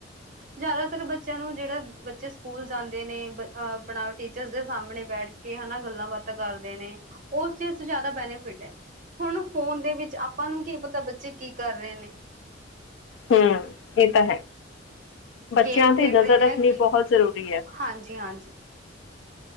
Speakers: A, on the right; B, on the left.
A: ਜ਼ਿਆਦਾਤਰ ਬੱਚਿਆਂ ਨੂੰ ਜਿਹੜਾ ਬੱਚੇ ਸਕੂਲ ਜਾਂਦੇ ਨੇ ਆਪਣਾ ਟੀਚਰ ਦੇ ਸਾਹਮਣੇ ਬੈਠਦੇ ਕੇ ਹਨਾ ਗੱਲਾਂ ਬਾਤਾਂ ਕਰਦੇ ਨੇ, ਉਸ ਚੀਜ਼ 'ਚ ਜ਼ਿਆਦਾ ਬੈਨੀਫਿਟ ਹੈ। ਹੁਣ ਫੋਨ ਦੇ ਵਿੱਚ ਆਪਾਂ ਨੂੰ ਕੀ ਪਤਾ ਬੱਚੇ ਕੀ ਕਰ ਰਹੇ ਨੇ।
B: ਹੂੰ ਇਹ ਤਾਂ ਹੈ। ਬੱਚਿਆਂ
A: ਗੇਮ ਖੇਡ
B: ਦੀ ਨਜ਼ਰ
A: ਰਹੇ ਨੇ
B: ਰੱਖਣੀ
A: ਜਾਂ ਕੀ
B: ਬਹੁਤ ਜ਼ਰੂਰੀ ਹੈ।
A: ਹਾਂਜੀ-ਹਾਂਜੀ,